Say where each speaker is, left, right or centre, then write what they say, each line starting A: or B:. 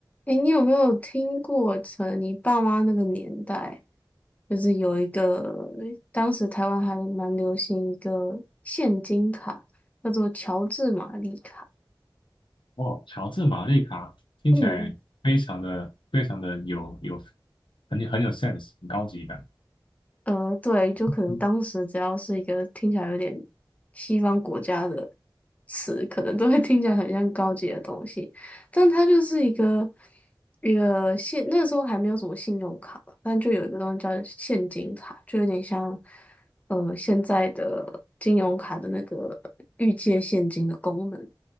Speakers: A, on the left; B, on the left.
A: 哎，你有没有听过从你爸妈那个年代，就是有一个，当时台湾还蛮流行一个现金卡，叫做乔治玛丽卡。
B: 哦，乔治玛丽卡听起来非常的非常的有有
A: 嗯，
B: 很很有 sense，很高级感。
A: 呃，对，就可能当时只要是一个听起来有点
B: 嗯
A: 西方国家的词，可能都会听起来很像高级的东西，但它就是一个一个现那时候还没有什么信用卡，但就有一个东西叫现金卡，就有点像呃现在的金融卡的那个预借现金的功能，